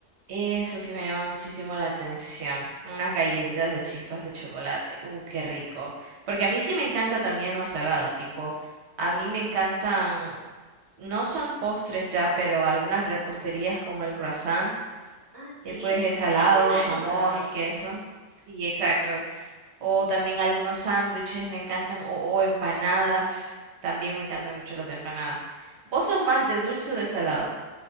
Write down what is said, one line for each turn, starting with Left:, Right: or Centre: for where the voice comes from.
Right: Eso sí me llama muchísimo la atención. Unas galletitas de chispas de chocolate. Uh, qué rico. Porque a mí sí me encanta también los salados, tipo, a mí me encantan, no son postres ya, pero algunas reposterías como el croissant,
Left: Así
Right: que pues
Left: es,
Right: es
Left: basta-
Right: salado,
Left: es entre
Right: jamón
Left: los salados.
Right: y queso. Sí, exacto. O también algunos sándwiches me encantan, o, o empanadas. También me encantan mucho las empanadas. ¿Vos sos más de dulce o de salado?